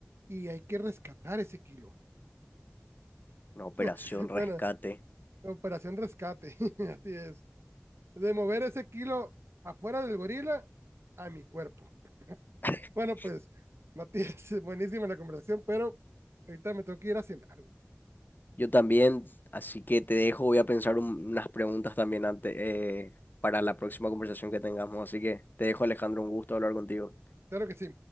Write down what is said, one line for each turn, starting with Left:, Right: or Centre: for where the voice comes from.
Right: y hay que rescatar ese kilo.
Left: Una operación
Right: <laughs>
Left: rescate.
Right: Bueno, operación rescate, <laughs> así es. De mover ese kilo afuera del gorila a mi cuerpo.
Left: <laughs>
Right: Bueno, pues, Matías, <laughs> buenísima la conversación, pero ahorita me tengo que ir a cenar, güey.
Left: Yo también, así que te dejo, voy a pensar un- unas preguntas también antes, eh, para la próxima conversación que tengamos. Así que te dejo, Alejandro, un gusto hablar contigo.
Right: Claro que sí.